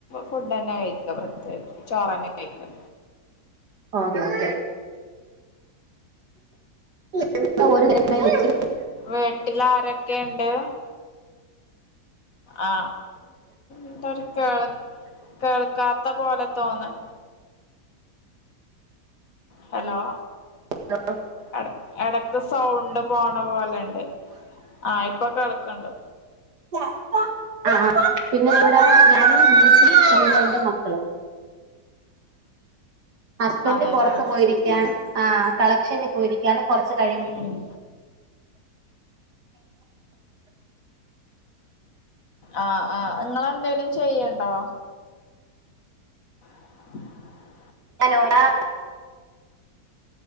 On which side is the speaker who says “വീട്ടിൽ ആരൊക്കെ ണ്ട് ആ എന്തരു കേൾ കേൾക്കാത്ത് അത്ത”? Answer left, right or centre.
Left